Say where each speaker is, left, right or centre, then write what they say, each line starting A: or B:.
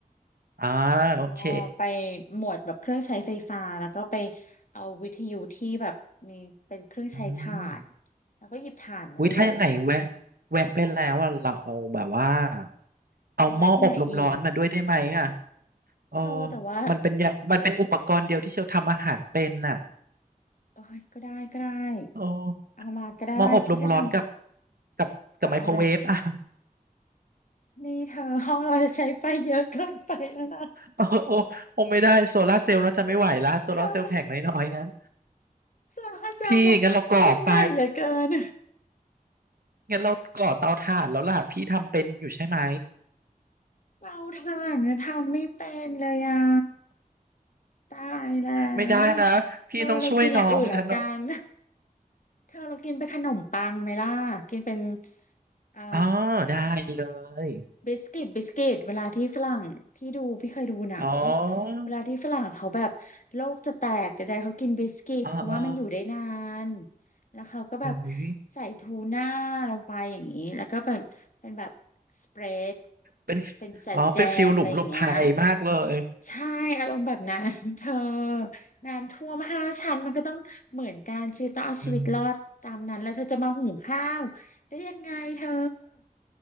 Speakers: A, on the right; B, on the left.
A: อ่า
B: แล้วก็ไป
A: โอเค
B: หมวดแบบเครื่องใช้ไฟฟ้าแล้วก็ไปเอาวิทยุที่แบบมีเป็นเครื่องใช้ถ่าน
A: อืม
B: แล้วก็หยิบถ่านมาด้วย
A: อุ้ยถ้ายังไงแวะแวะไปแล้วอ่ะเราเอาแบบว่าเอาหม้ออบลมร้อนมาด้วยได้ไหมอ่ะ
B: จะแวะที่ไหนอีก
A: เออ
B: เธอแต่ว่า
A: มันเป็นอย่างมันเป็นอุปกรณ์เดียวที่เชลทำอาหารเป็นน่ะ
B: เอ้ยก็ได้ก็ได้
A: โอ
B: เอามาก็ได้พี่ก็ทำ
A: ้หม้ออบลมร้อนกับกับกับไมโครเวฟอ่ะ
B: กับอะไรนี่เธอห้องเราจะใช้ไฟเยอะเกินไปแล้วนะ
A: โอ้โอ้โอ้ไม่ได้โซลาร์เซลล์เนอะจะไม่ไหวละโซลาร์เซลล์แผงน้อยๆนั้น
B: เธอสาวเซลบอกฉันเหนื่อยเหลือเกิน
A: พี่งั้นเราก่อไฟงั้นเราก่อเตาถ่านแล้วล่ะพี่ทำเป็นอยู่ใช่ไหม
B: เราทานก็ทำไม่เป็นเลยอ่ะตายแล้ว
A: ไม่ได้นะพี่ต้องช่วยน้องนะเนาะ
B: เธอเรากินอย่างอื่นละกันเธอเรากินเป็นขนมปังไหมล่ะกินเป็นเอ่อ
A: อ๋อได้เลย
B: บิสกิตบิสกิตเวลาที่ฝรั่งพี่ดูพี่เคยดูหนัง
A: อ๋อ
B: เวลาที่ฝรั่งเขาแบบโลกจะแตกใดๆเขากินบิสกิตเพราะว่ามันอยู่ได้นาน
A: อ๋ออ๋อ
B: แล้วเขาก็แบบ
A: โอ้ย
B: ใส่ทูน่าลงไปอย่างนี้แล้วก็แบบเป็นแบบสเปรด
A: เป็น
B: เป็นใส่แจมอะไรอย่างเงี้ย
A: อ๋อเป็นฟิลหลุมหลบภัยมากเลย
B: ใช่อารมณ์แบบนั้น <laughs> เธอน้ำท่วมห้าชั้นมันก็ต้องเหมือนกันชีวิตต้องเอาชีวิตรอดตามนั้นแล้วเธอจะมาหุงข้าวได้ยังไงเธอ
A: อืม